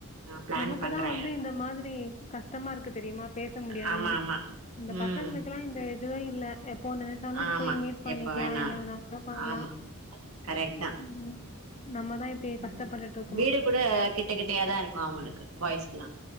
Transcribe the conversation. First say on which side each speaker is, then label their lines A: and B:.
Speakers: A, on the right; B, on the left.
A: நா பிளான்
B: நமக்குதா
A: பண்றே
B: வந்து இந்த மாதிரி கஷ்டமாருக்கு தெரியுமா பேச முடியாம
A: ஆமா ஆமா
B: இந்த
A: ம்
B: பசங்களுக் லா இந்த இதுவே இல்ல எப்போ நெனைச்சனா
A: ஆமா
B: போய் மீட் பண்ணிக்கலா
A: எப்ப வேணா
B: என்ன வேணாலு பண்லா
A: ஆமா கரெக்ட் தா
B: ம் நம்மதா இப்டியே
A: ம்
B: கஷ்டப்பட்டுருக்கணு
A: வீடு கூட கிட்ட கிட்டையாதா இருக்கு அவுங்களுக்கு பாய்ஸ்க்குல்லா